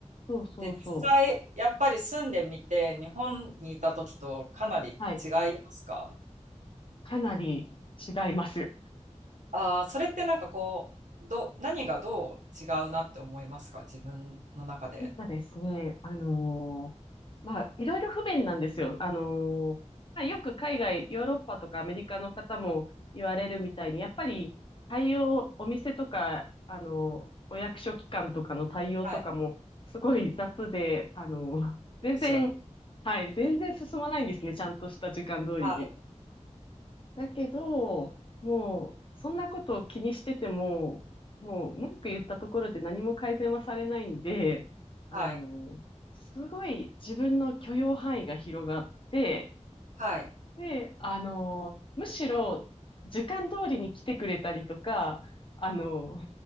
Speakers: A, on the left; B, on the right.
A: そうそうそう。
B: で、実際、やっぱり住んでみて、日本にいた時とかなり違いますか
A: はい。かなり違いますよ。
B: ああー、それってなんかこう、ど、何がどう違うなって思いますか自分の中で。
A: やっぱですね、あのーまあ、いろいろ不便なんですよ。あのーまあ、よく海外、ヨーロッパとかアメリカの方も言われるみたいに、やっぱり対応、お店とか、あのーお役所機関とかの対応とかも、
B: はい。
A: すごい雑で、あのー全然、
B: そうですよね。
A: はい、全然進まないんですね、ちゃんとした時間通りに。
B: はい。
A: だけど、もう、そんなことを気にしてても、もう文句言ったところで何も改善はされないんで、あの、
B: はい。
A: すごい自分の許容範囲が広がって、
B: はい。
A: で、あの、むしろ時間通りに来てくれたりとか、あの、